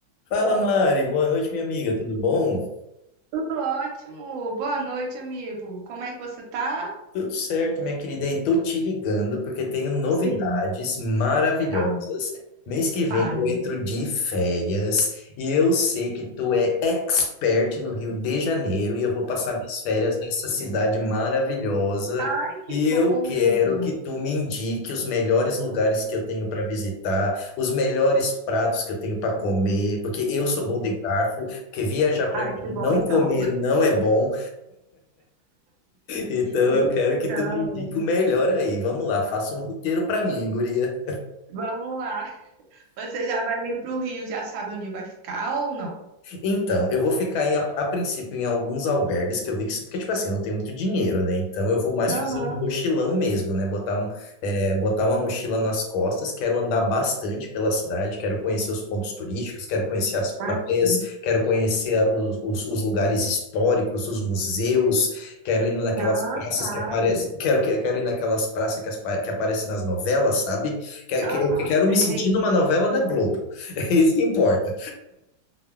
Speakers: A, on the left (about 85°); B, on the right (about 75°).
A: Fala, Mari. Boa noite, minha amiga. Tudo bom?
B: Tudo ótimo. Boa noite, amigo. Como é que você tá?
A: Tudo certo, minha querida. E tô te ligando porque tenho novidades
B: Sim,
A: maravilhosas.
B: calma,
A: Mês que vem
B: fale.
A: eu entro de férias e eu sei que tu é expert no Rio de Janeiro e eu vou passar minhas férias nessa cidade maravilhosa.
B: Ai, que
A: E
B: bom!
A: eu quero que tu me indique os melhores lugares que eu tenho para visitar, os melhores pratos que eu tenho para comer, porque eu sou bom de garfo, porque viajar para
B: Ai,
A: mim
B: que bom,
A: não
B: então.
A: comer não é bom. Então
B: Então,
A: eu quero que tu me indique o melhor aí. Vamos lá, faça um roteiro pra mim, guria.
B: vamos lá. Você já vai vir pro Rio, já sabe onde vai ficar ou não?
A: Então, eu vou ficar em, a, a princípio em alguns albergues que eu vi que porque, tipo assim, eu não tenho muito dinheiro, né? Então, eu vou mais
B: Aham,
A: fazer um mochilão mesmo, né? Botar, um- é, botar uma mochila nas costas, quero andar bastante pela cidade, quero conhecer os pontos turísticos, quero conhecer as
B: ah,
A: praias,
B: sim.
A: quero conhecer os, os, os lugares históricos, os museus, quero ir naquelas
B: Ah,
A: praças
B: claro.
A: que aparecem, quero, que- quero ir naquelas praças que, as pa- que aparecem nas novelas, sabe? Que,
B: Aham,
A: que, quero
B: sei.
A: me sentir numa novela da Globo. <laughs> É isso que importa.